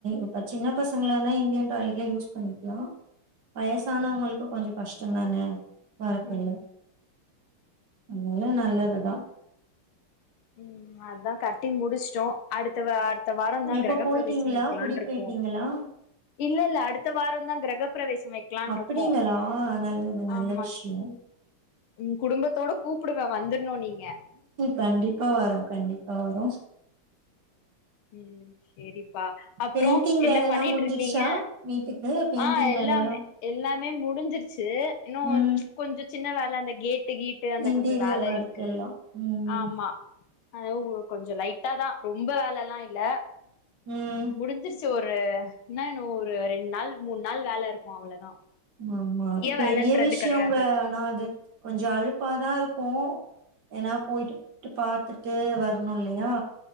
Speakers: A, on the right; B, on the left.
A: இப்ப சின்ன பசங்கள இருந்த இந்தியன் டாய்லெட்லே யூஸ் பண்ணிப்போ வயசானவங்களுக்கு கொஞ்ச கஷ்ட தானே <unintelligible>
B: ம்
A: இன்னு நல்லதுதா
B: ம் அதா கட்டி முடிச்ட்டோ அடுத்த வ அடுத்த வாரந்தா
A: எப்ப
B: கிரகப்பிரவேசம்
A: போயிட்டீங்களா
B: வெக்கலான்ட்டுருக்கோ
A: குடி போயிட்டீங்களா
B: இல்லல்ல அடுத்த வாரந்தா கிரகப்ப பிரவேசம் வக்கலான்ட்ருக்கோ
A: அப்படிங்களா நல்லது நல்ல
B: ஆமா
A: விஷ்யோ
B: ம் குடும்பத்தோட கூப்டுவே வந்துர்ணு நீங்
A: கண்டிப்பா வரோ கண்டிப்பா வரோ
B: ம் செரிப்பா அப்றோ
A: பெயிண்டிங்
B: என்ன
A: வேலல்லா
B: பண்ணிட்டுருக்கீங்க
A: முடிஞ்சிருச்சா வீட்டுக்கு பெயிண்டிங்
B: ஆ எல்லாமே
A: வேலல்லா
B: எல்லாமே முடிஞ்சிருச்சு இன்னு
A: ம்
B: கொஞ்ச சின்ன வேல அந்த கேட்டு கீட் டு அந்த
A: இன்டீரியர்
B: கொஞ்ச வேல
A: ஒர்க்
B: இருக்கு
A: எல்லா ம்
B: ஆமா அதுவு கொஞ்சலைட்ட தா ரொம்ப வேலலா இல்ல
A: ம்
B: முடிஞ்சிருச் சு ஒரு என்னா இன்னு ஒரு ரெண்ட் நாள் மூண் நாள் வேல இருக்கு அவ்ளதா
A: ஆமா அது பெரிய
B: வேலன்றது
A: விஷ்யோங்க
B: கெடையாது
A: ஆனா அது கொஞ்ச அழுப்பாதா இருக்கு ஏன்னா போயிட்டு போயிட்டு பாத்துட்டு வர்ணு இல்லையா